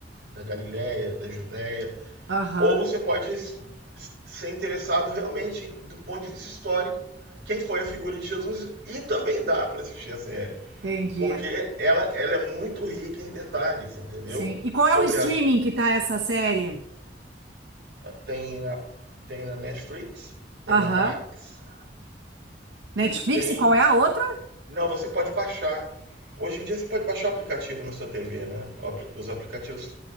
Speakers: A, on the right (about 70°); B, on the right (about 85°).
A: da Galiléia, da Judéia.
B: Aham,
A: Ou você pode ser interessado realmente do ponto de vista histórico quem foi a figura de Jesus e também dá para assistir a série
B: entendi.
A: porque ela, ela é muito rica em detalhes entendeu
B: Sim. E qual
A: sobre
B: é o streaming
A: a
B: que tá essa série?
A: tem na, tem na Netflix tem
B: Aham.
A: na Max e
B: Netflix
A: tem
B: e qual é a outra?
A: Não, você pode baixar. Hoje em dia você pode baixar o aplicativo na sua TV, né? Os aplicativos